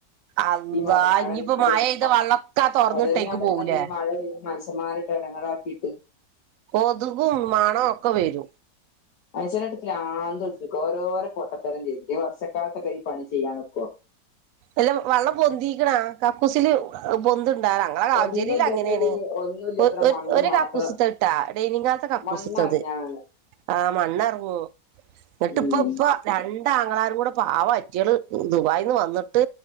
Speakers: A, on the right (about 75°); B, on the left (about 65°).
A: അള്ളാ
B: ഈ മ മഴ
A: ഇനിയിപ്പോ
B: <unintelligible>
A: മഴെയ്ത വെള്ളൊക്കെ ആ തൊറന്നിട്ടേക്ക്
B: അതന്നെ ഞാൻ പർഞ്ഞത്
A: പോവൂലേ
B: ഈ മഴ പെയ്യ് മൻസമ്മാരട്ട് എടങ്ങേറാക്കിയിട്ട്.
A: കൊതുകും മണ ഒക്കെ വരും.
B: മനുഷ്യനട്ട് പ്രാന്തുട്പ്പിക്കും. ഓരോരെ പൊട്ടത്തരം ചെയ്ത്. ഈ വർഷക്കാലത്തൊക്കെ ഈ പണി ചെയ്യാൻ നിക്കോ
A: എല്ലും വള്ളം പൊന്തിക്ക്ണ? കക്കൂസില് പൊന്ത്ണ്ടാ? ഞങ്ങളെ കാവ്ഞ്ചേരില്
B: ഒന്നും ഇല്ലാത്ര
A: അങ്ങനേണ്. അങ്ങനെയാണ്
B: ഒന്നും ഇല്ലാത്ര
A: ഒര് ഒര്
B: മണ്ണ്
A: ഒരു
B: മാത്രം
A: കാക്കൂസ്ത്തട്ടാ ഡൈനിഹാൾത്തെ കക്കൂസ്ത്തത്.
B: മണ്ണറിഞ്ഞാണ്
A: ആഹ് മണ്ണർ ഓഹ് എന്നിട്ട്പ്പ
B: ഉം
A: ഇപ്പ രണ്ടാങ്ങളാരും കൂടെ പാവ അയ്റ്റള് ദുബായിന്ന് വന്ന് ട്ട്